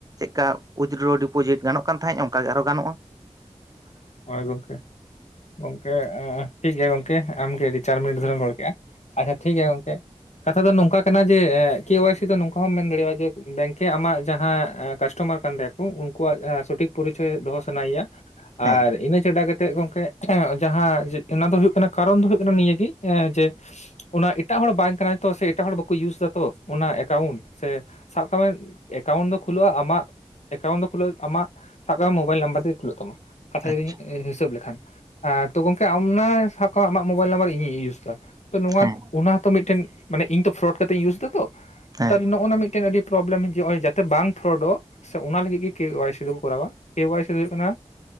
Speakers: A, on the right; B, on the left.
A: ᱠᱟ ᱩᱭᱤᱫᱽᱰᱨᱚ ᱰᱤᱯᱚᱡᱤᱴ ᱜᱟᱱᱚᱜ ᱠᱟᱱ ᱛᱟᱦᱮᱸᱡ ᱚᱝᱠᱟᱜᱮ ᱟᱨᱚ ᱜᱟᱱᱚᱜ-ᱟ᱾
B: ᱦᱳᱭ ᱜᱚᱝᱠᱮ ᱜᱚᱝᱠᱮ ᱴᱷᱤᱠ ᱜᱮᱭᱟ ᱜᱚᱝᱠᱮ ᱟᱢᱜᱮ ᱟᱹᱰᱤ ᱪᱟᱨ ᱢᱤᱱᱤᱴ ᱫᱷᱚᱨᱮᱢ ᱨᱚᱲ ᱠᱮᱜ-ᱟ᱾ ᱟᱪᱪᱷᱟ ᱴᱷᱤᱠ ᱜᱮᱭᱟ ᱜᱚᱝᱠᱮ᱾ ᱠᱟᱛᱷᱟ ᱫᱚ ᱱᱚᱝᱠᱟ ᱠᱟᱱᱟ ᱡᱮ ᱠᱮ ᱣᱟᱭ ᱥᱤ ᱫᱚ ᱱᱚᱝᱠᱟ ᱦᱚᱢ ᱢᱮᱱ ᱫᱟᱲᱮᱭᱟᱜ-ᱟ ᱡᱮ, ᱵᱮᱝᱠᱮ ᱟᱢᱟᱜ ᱡᱟᱦᱟᱸ ᱠᱟᱥᱴᱚᱢᱟᱨ ᱠᱟᱱ ᱛᱟᱭᱟᱠᱚ ᱩᱱᱠᱩᱣᱟᱜ ᱟ ᱥᱚᱴᱷᱤᱠ ᱯᱚᱨᱤᱪᱚᱭ ᱫᱚᱦᱚ ᱥᱟᱱᱟᱭᱮᱭᱟ ᱟᱨ
A: ᱦᱮᱸ
B: ᱤᱱᱟᱹ ᱪᱷᱟᱰᱟ ᱠᱟᱛᱮᱜ ᱜᱚᱝᱠᱮ ᱦᱮᱸ ᱡᱟᱦᱟᱸ ᱡᱮ ᱚᱱᱟ ᱫᱚ ᱦᱩᱭᱩᱜ ᱠᱟᱱᱟ ᱠᱟᱨᱚᱱ ᱫᱚ ᱦᱩᱭᱩᱜ ᱠᱟᱱᱟ ᱱᱤᱭᱟᱹ ᱜᱤ ᱮᱸᱻ ᱡᱮ ᱚᱱᱟ ᱮᱴᱟᱜ ᱦᱚᱲ ᱵᱟᱝ ᱠᱟᱱᱟᱭ ᱛᱚ ᱥᱮ ᱮᱴᱟᱜ ᱦᱚᱲ ᱵᱟᱠᱚ ᱤᱭᱩᱥ ᱫᱟᱛᱚ ᱚᱱᱟ ᱮᱠᱟᱣᱩᱱᱴ ᱥᱮ ᱥᱟᱵ ᱠᱟᱜ ᱢᱮ, ᱮᱠᱟᱣᱩᱱᱴ ᱫᱚ ᱠᱷᱩᱞᱚᱣ-ᱟ ᱟᱢᱟᱜ ᱮᱠᱟᱣᱩᱱᱴ ᱫᱚ ᱠᱷᱩᱞᱟᱹᱜ-ᱟ, ᱟᱢᱟᱜ ᱥᱟᱵ ᱠᱟᱜ ᱢᱮ ᱢᱳᱵᱟᱭᱤᱞ ᱱᱟᱢᱵᱟᱨ ᱛᱮᱜᱮ ᱠᱷᱩᱞᱟᱹᱜ ᱛᱟᱢᱟ᱾ ᱠᱟᱛᱷᱟ
A: ᱟᱪᱪᱷᱟ
B: ᱡᱩᱫᱤᱧ ᱦᱤᱥᱟᱹᱵ ᱞᱮᱠᱷᱟᱱ ᱮᱸᱻ ᱛᱚ ᱜᱚᱝᱠᱮ ᱟᱢ ᱚᱱᱟ ᱥᱟᱵ ᱠᱟᱜ ᱢᱮ ᱟᱢᱟᱜ ᱢᱳᱵᱟᱭᱤᱞ ᱱᱟᱢᱵᱟᱨ ᱤᱧᱤᱧ ᱤᱭᱩᱥ ᱫᱟ, ᱛᱚ ᱱᱚᱣᱟ
A: ᱦᱮᱸ
B: ᱚᱱᱟ ᱦᱚᱸᱛᱚ ᱢᱤᱫᱴᱮᱱ ᱢᱟᱱᱮ ᱤᱧ ᱛᱚ ᱯᱷᱨᱚᱰ ᱠᱟᱛᱮᱜ ᱤᱧ ᱤᱭᱩᱥ ᱫᱟᱛᱚ
A: ᱦᱮᱸ
B: ᱛᱟ ᱱᱚᱜ-ᱚ ᱱᱚᱣᱟ ᱢᱤᱫᱴᱮᱱ ᱟᱹᱰᱤ ᱯᱨᱚᱵᱞᱮᱢ ᱡᱮ ᱚᱭ ᱡᱟᱛᱮ ᱵᱟᱝ ᱯᱷᱨᱚᱰᱚᱜ ᱥᱮ ᱚᱱᱟ ᱞᱟᱹᱜᱤᱜ ᱜᱮ ᱠᱮ ᱣᱟᱭ ᱥᱤ ᱫᱚᱠᱚ ᱠᱚᱨᱟᱣᱟ᱾ ᱠᱮ ᱣᱟᱭ ᱥᱤ ᱫᱚ ᱦᱳᱭᱳᱜ ᱠᱟᱱᱟ